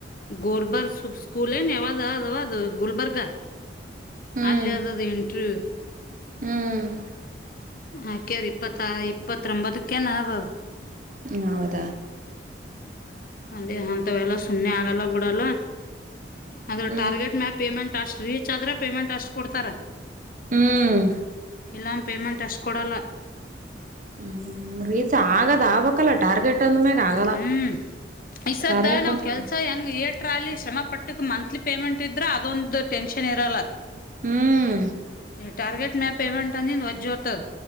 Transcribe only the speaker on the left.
ಗೋಲ್ಬರ್ಗ್ ಸೂ ಸ್ಕೂಲ್ ಏನ್ ಯಾವ್ದ ಅದಾವದು ಗುಲ್ಬರ್ಗ.
ಅಲ್ ಅದದ ಇಂಟ್ರು.
ಆಕೆರಿ ಇಪ್ಪತ್ತ ಇಪ್ಪತ್ತೊಂಬತಕೆನಾದ.
ಅದೇ ಅಂತವೆ ಎಲ್ಲ ಸುಮ್ನೆ ಆಗಲ್ಲ ಬಿಡಲ್ಲ ಅದ್ರ
ಟಾರ್ಗೆಟ್ ಮ್ಯಾಪ್. ಪೇಮೆಂಟ್ ಅಷ್ಟ್ ರೀಚ್ ಆದ್ರೆ ಪೇಮೆಂಟ್ ಅಷ್ಟ್ ಕೊಡ್ತಾರ.
ಇಲ್ಲ ಪೇಮೆಂಟ್ ಅಷ್ ಕೊಡಲ್ಲ.
ಹ್ಮ್ ಈಸದ್ದ
ನಾವ್
ಕೆಲ್ಸ ಹಂಗ ಏ ಟ್ರಾಲಿ ಶ್ರಮ ಪಟ್ಟಕ್ ಮಂತ್ಲಿ ಪೇಮೆಂಟ್ ಇದ್ರ ಅದೊಂದು ಟೆನ್ಷನ್ ಇರಲ್ಲ.
ಈ ಟಾರ್ಗೆಟ್ ಮ್ಯಾ ಪೇಮೆಂಟ್ ಅ <unintelligible>